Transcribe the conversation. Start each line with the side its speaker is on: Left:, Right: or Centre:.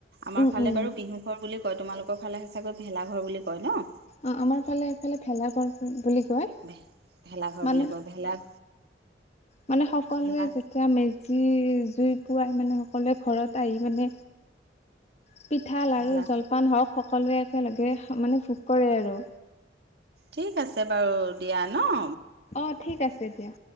Right: আমাৰ
Left: উম
Right: ফালে
Left: উম
Right: বাৰু বিহু ঘৰ বুলি কয়, তোমালোকৰ ফালেহে চাগৈ ভেলাঘৰ বুলি কয় নহ?
Left: অ', আমাৰ ফালে এইফালে ভেলাঘৰ বুলি। কয়
Right: ভে-ভেলাঘৰ
Left: মানে
Right: বুলি কয়, ভেলা।
Left: মানে, সকলোৱে
Right: ভেলা
Left: যেতিয়া মেজি জুইত। পুৱাই মানে সকলোৱে ঘৰত আহি মানে, পিঠা, লাৰু
Right: ভেলা
Left: জলপান হওক সক। সকলোৱে একেলগে মানে, ভোগ কৰে আৰু।
Right: ঠিক আছে বাৰু, দিয়া নহ?
Left: অ', ঠিক আছে দিয়া।